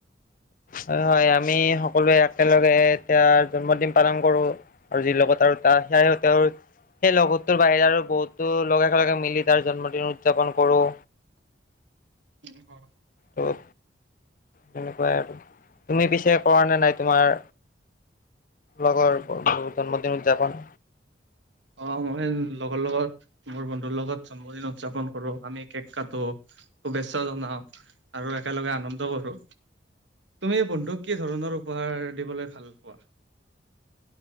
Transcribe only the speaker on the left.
হয়, হয়। আমি সকলোৱে একেলগে এতিয়া জন্মদিন পালন কৰোঁ আৰু যি লগত আৰু <inaudible> সেই লগৰটোৰ বাহিৰে আৰু বহুতো মিলি তাৰ জন্মদিন উদযাপন কৰোঁ।
ত' তেনেকুৱাই আৰু। তুমি পিছে কৰা নে নাই তোমাৰ লগৰ জন্মদিন উদযাপন?